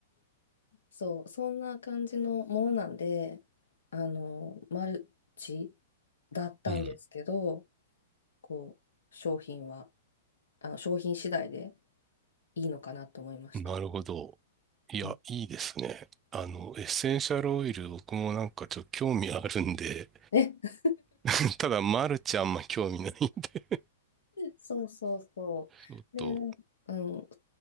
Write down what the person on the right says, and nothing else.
うん。
なるほど。いや、
いいですね。あの、エッセンシャルオイル、僕もなんかちょっと興味あるんで、
<laughs> ただ、マルチあんま興味ないんだ
よと。